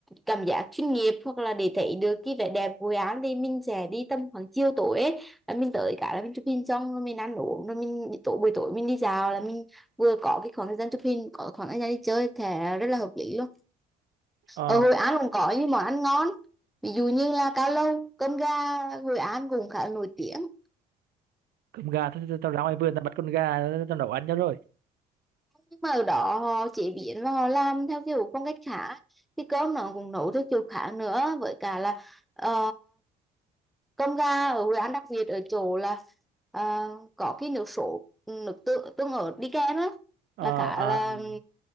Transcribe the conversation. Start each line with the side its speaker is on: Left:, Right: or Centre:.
Centre: cảm giác chuyên nghiệp hoặc là để thấy được cái vẻ đẹp của án thì mình sẽ đi tầm khoảng chiều tối ấy là mình tới cả là mình chụp hình xong rồi mình ăn uống rồi mình tối buổi tối mình đi dạo là mình vừa có cái khoảng thời gian chụp hình có khoảng thời gian đi chơi thì rất là hợp lý luôn
Right: Ờ,
Centre: ở Hội An cũng có những món ăn ngon ví dụ như là cao lầu cơm gà Hội An cũng khá là nổi tiếng
Right: cơm gà thôi, thôi, tao ra ngoài vườn tao bắt con gà tao nấu ăn cho rồi
Centre: nhưng mà ở đó họ chế biến và họ làm theo kiểu phong cách khác cái cơm nó cũng nấu theo kiểu khác nữa với cả là ờ, cơm gà ở Hội An đặc biệt ở chỗ là ờ, có cái nước sốt nước tương tương ớt đi kèm á
Right: ờ
Centre: là khá
Right: à,
Centre: là
Right: Ừ.